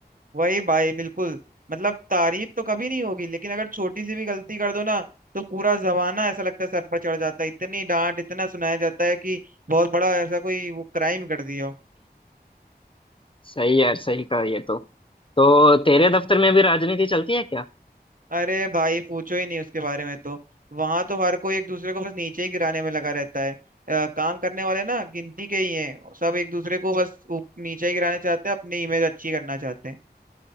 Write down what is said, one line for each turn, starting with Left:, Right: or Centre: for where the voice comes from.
Right: वही भाई बिल्कुल मतलब तारीफ तो कभी नहीं होगी लेकिन अगर छोटी सी भी गलती कर दो ना तो पूरा जमाना ऐसा लगता है सर पर चढ़ जाता है इतनी डांट इतना सुनाया जाता है कि बहुत बड़ा ऐसा कोई वो क्राइम कर दिया हो
Left: सही यार सही कहा ये तो तो तेरे दफ्तर में भी राजनीति चलती है क्या
Right: अरे भाई पूछो ही नहीं उसके बारे में तो वहां तो हर कोई एक दूसरे को बस नीचे ही गिराने में लगा रहता है अ, काम करने वाले ना गिनती के ही हैं सब एक दूसरे को बस ऊप- नीचे ही गिराना चाहते हैं अपनी इमेज अच्छी करना चाहते हैं